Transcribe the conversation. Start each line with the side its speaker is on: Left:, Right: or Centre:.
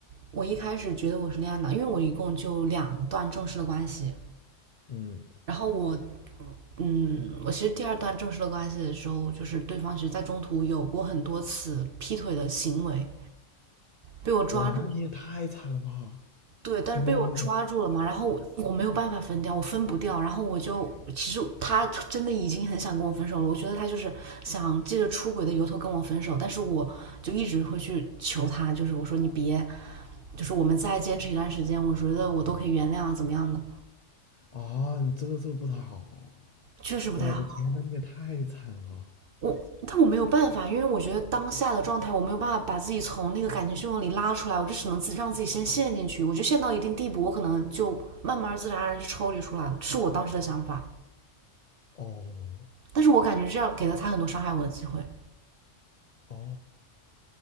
Right: 我一开始觉得我是恋爱脑，因为我一共就两段正式的关系，
Left: 嗯，
Right: 然后我，嗯，我其实第二段正式的关系的时候，就是对方其实在中途有过很多次劈腿的行为，被我抓住了。
Left: 哇，那你也太惨了吧，
Right: 对，但是被我抓住了嘛，
Left: 摸摸你。
Right: 然后我我没有办法分掉，我分不掉，然后我就其实他真的已经很想跟我分手了，我觉得他就是想借着出轨的由头跟我分手，但是我就一直会去求他，就是我说你别，就是我们再坚持一段时间，我觉得我都可以原谅啊，怎么样的，
Left: 啊，你这个做不太好，
Right: 确实不太好。
Left: 我的天，那你也太惨了吧！
Right: 我，但我没有办法，因为我觉得当下的状态，我没有办法把自己从那个感情漩涡里拉出来，我就只能自己让自己先陷进去。我就陷到一定地步，我可能就慢慢自然而然就抽离出来了，是我当时的想法。
Left: 哦
Right: 但是我感觉这样给了他很多伤害我的机会，
Left: 哦，